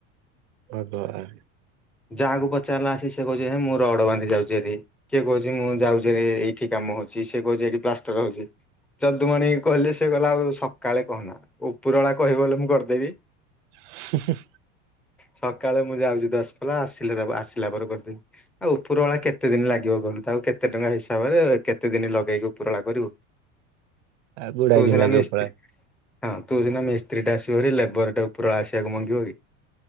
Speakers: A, on the right (about 70°); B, in the centre.
A: ଆବା ଆ।
B: ଯାହାକୁ ପଚାରିଲା ଆସି ସେ କହୁଛି ହେ ମୋର ରଡ ବାନ୍ଧି ଯାଉଛି ଏଠି କିଏ କହୁଛି ମୁଁ ଯାଉଛିରେ ଏଇଠି କାମ ହଉଛି ସେ କହୁଛି ଏଠି ପ୍ଲାଷ୍ଟର ହଉଛି ଚନ୍ଦୁମଣି କହିଲେ ସେ କହିଲା ଆଉ ସକାଳେ କହନା ଉପରବେଳା କହିବୁ ବେଲେ ମୁଁ କରିଦେବି।
A: ହୁଁ ହୁଁ।
B: ସକାଳେ ମୁଁ ଯାଉଛି ଦଶ ପଲା ଆସିଲେ ଦେବ ଆସିଲା ପରେ କରିଦେବି ଆଉ ଉପର ବଳା କେତେ ଦିନ ଲାଗିବ ଗଲୁ। ତାକୁ କେତେ ଟଙ୍କା ହିସାବରେ କେତେ ଦିନ ଲଗେଇକି ଉପରବଳା କରିବୁ
A: ଆ ଗୁଡାଇ
B: ତୁ
A: ଦିନ
B: ସିନା
A: ଲାଗିବ
B: ମିସ୍ତ୍ରୀ
A: ପରା
B: ହଁ ତୁ ସିନା ମିସ୍ତ୍ରୀ ଟା ଆସିବ <unintelligible> ଲେବର ଟା ଉପରବଳା ଆସିବାକୁ ମାଙ୍ଗିବ କି?